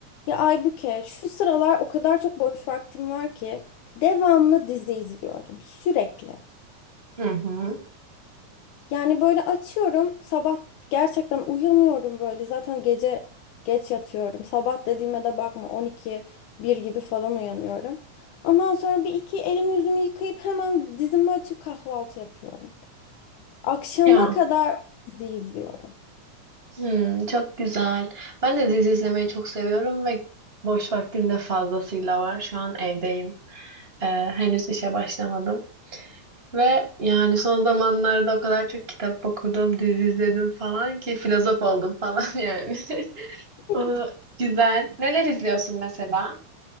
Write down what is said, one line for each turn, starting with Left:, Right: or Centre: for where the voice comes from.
Left: Ya Aybüke, şu sıralar o kadar çok boş vaktim var ki devamlı dizi izliyorum sürekli.
Right: Hı hı.
Left: Yani böyle açıyorum sabah gerçekten uyanıyorum böyle zaten gece geç yatıyorum. Sabah dediğime de bakma 12 bir gibi falan uyanıyorum. Ondan sonra bir iki elimi yüzümü yıkayıp hemen dizimi açıp kahvaltı yapıyorum. Akşama
Right: Ya,
Left: kadar dizi izliyorum.
Right: hmm, çok güzel. Ben de dizi izlemeyi çok seviyorum ve boş vaktim de fazlasıyla var. Şu an evdeyim. Ee, henüz işe başlamadım. Ve yani son zamanlarda o kadar çok kitap okudum, dizi izledim falan ki filozof oldum falan <laughs> yani. <laughs>
Left: <laughs>
Right: Aa, güzel. Neler izliyorsun mesela?